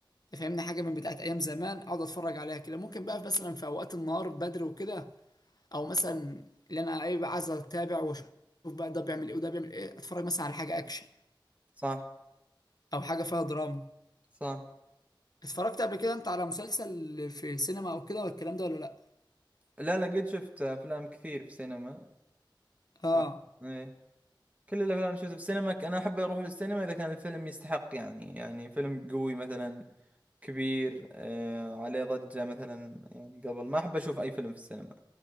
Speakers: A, on the left; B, on the right.
A: فاهمني حاجه من بتاعت ايام زمان اقعد اتفرج عليها كده ممكن بقى مثلا في اوقات النهار بدري وكده او مثلا اللي انا ايه بقى عايز اتابع واشوف بقى ده بيعمل ايه وده بيعمل ايه اتفرج مثلا على حاجه اكشن
B: صح
A: او حاجه فيها دراما
B: صح
A: اتفرجت قبل كده انت على مسلسل في سينما او كده والكلام ده ولا لا
B: لا لا قد شفت افلام كثير في السينما
A: اه
B: ف... إيه. كل الافلام شفتها في السينما ك- انا احب اروح للسينما اذا كان الفيلم يستحق يعني يعني فيلم قوي مثلا كبير آه عليه ضجة مثلا يعني قبل ما احب اشوف اي فيلم في السينما